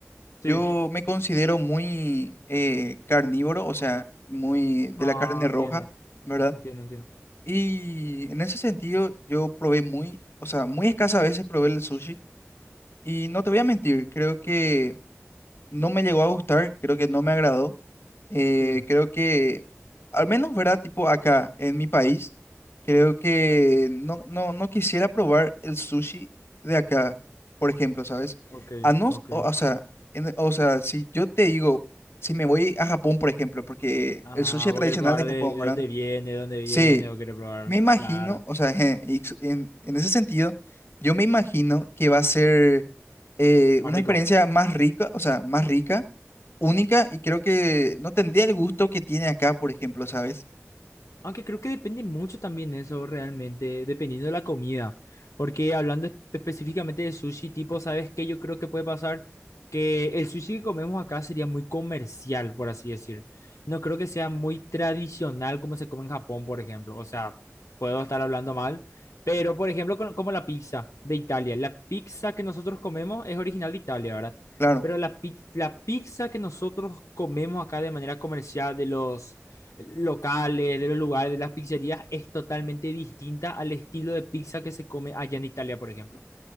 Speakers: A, on the left; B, on the left.
A: Sí.
B: Yo me considero muy eh, carnívoro, o sea, muy de
A: Ah,
B: la carne roja,
A: entiendo,
B: ¿verdad?
A: entiendo, entiendo.
B: Y en ese sentido yo probé muy, o sea, muy escasas veces probé el sushi y no te voy a mentir, creo que no me llegó a gustar, creo que no me agradó. Eh,
A: Sí,
B: creo que, al menos, ¿verdad? Tipo acá en mi país, creo que no, no, no quisiera probar el sushi de acá, por ejemplo, ¿sabes?
A: ok,
B: A no,
A: ok.
B: s- o, o sea, en- o sea, si yo te digo, si me voy a Japón, por ejemplo, porque
A: Ah,
B: el sushi es
A: vos
B: tradicional
A: querés probar
B: de Japón,
A: de, de
B: ¿verdad?
A: dónde viene, de dónde viene,
B: Sí,
A: vos querés probar.
B: me imagino,
A: Claro,
B: o sea, <laughs> y s- en, en ese sentido, yo me imagino que va a ser eh, una
A: más rico.
B: experiencia más rica, o sea, más rica única y creo que no tendría el gusto que tiene acá, por ejemplo, ¿sabes?
A: Aunque creo que depende mucho también eso realmente, dependiendo de la comida. Porque hablando espe- específicamente de sushi, tipo, ¿sabes qué? Yo creo que puede pasar que el sushi que comemos acá sería muy comercial, por así decir. No creo que sea muy tradicional como se come en Japón, por ejemplo. O sea, puedo estar hablando mal, pero por ejemplo, con- como la pizza de Italia. La pizza que nosotros comemos es original de Italia, ¿verdad?
B: Claro.
A: Pero la, pi- la pizza que nosotros comemos acá de manera comercial de los locales, de los lugares, de las pizzerías, es totalmente distinta al estilo de pizza que se come allá en Italia, por ejemplo.